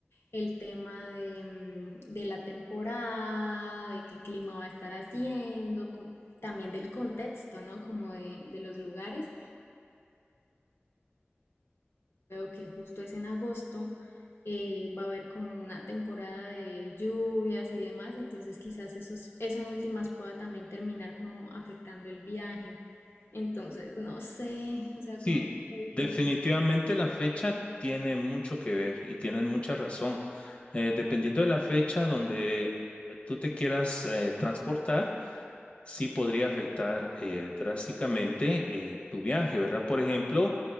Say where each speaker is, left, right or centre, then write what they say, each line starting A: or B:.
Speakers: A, on the left; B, on the left.
A: el tema de, mm, de la temporada, de qué clima va a estar haciendo, com- también del contexto, ¿no? Como de, de los lugares veo que justo es en agosto, eh, va a haber como una temporada de lluvias y demás, entonces quizás esos- eso en últimas pueda también terminar como afectando el viaje. Entonces, no sé, o sea,
B: Sí,
A: como qué difícil.
B: definitivamente la fecha tiene mucho que ver y tienes mucha razón. Eh, dependiendo de la fecha donde tú te quieras eh, transportar, sí podría afectar eh, drásticamente eh, tu viaje, ¿verdad? Por ejemplo,